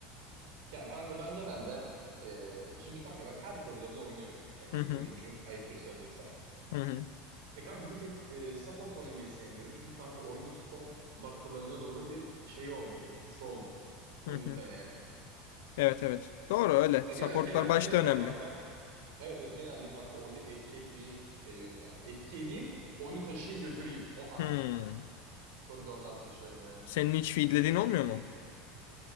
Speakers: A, on the right; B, on the left.
A: Ya kanka ben genelde e, şimdi kanka ben her koridorda oynuyorum. Ya iyi
B: Hı hı,
A: bir oyuncuyum ayıptır söylemesi.
B: hı hı,
A: E kanka bir tek e, support oynamayı sevmiyorum. Çünkü kanka oyunun son dakikalarına doğru bir şey olmuyor. Etkisi olmuyor. O
B: hı hı.
A: yüzden yani.
B: Evet, evet. Doğru öyle.
A: Ya
B: Supportlar
A: genel, genel,
B: başta
A: genelde
B: önemli.
A: kanka Evet evet genelde kanka oyunu etki etmeyi seviyorum yani. Etki edeyim, oyunu taşıyayım götüreyim. O tarz
B: Hmm.
A: koridorlar seçiyorum yani.
B: Senin hiç feedlediğin olmuyor mu?